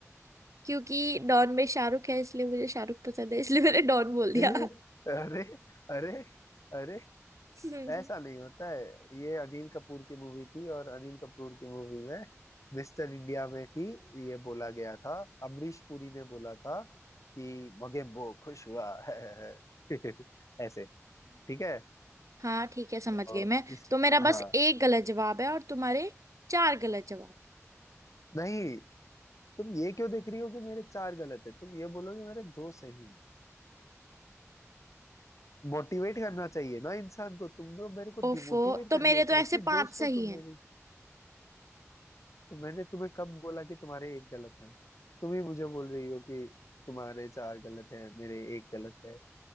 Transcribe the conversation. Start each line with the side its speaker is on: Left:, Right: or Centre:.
Right: क्योंकि डॉन में शाहरुख है इसलिए मुझे शाहरुख पसंद है इसलिए मैंने डॉन बोल दिया
Left: <laughs> अरे अरे अरे
Right: <laughs>
Left: ऐसा नहीं होता है ये अनिल कपूर की मूवी थी और अनिल कपूर की मूवी में मिस्टर इंडिया में ही ये बोला गया था अमरीश पुरी ने बोला था कि मगेम्बो खुश हुआ <laughs> ऐसे ठीक है
Right: हाँ ठीक है समझ
Left: तो
Right: गई मैं
Left: इस
Right: तो मेरा बस
Left: हाँ
Right: एक गलत जवाब है और तुम्हारे चार गलत जवाब
Left: नहीं तुम ये क्यों देख रही हो कि मेरे चार गलत है तुम ये बोलोगे मेरे दो सही मोटिवेट करना चाहिए ना इंसान को तुम लोग मेरे को
Right: ओफो
Left: डिमोटिवेट
Right: तो
Left: कर
Right: मेरे
Left: रही हो
Right: तो ऐसे
Left: कैसी
Right: पांच
Left: दोस्त
Right: सही
Left: हो तुम
Right: हैं
Left: मेरी। तो मैंने तुम्हें कब बोला कि तुम्हारे एक गलत है तुम ही मुझे बोल रही हो कि तुम्हारे चार गलत है मेरे एक गलत है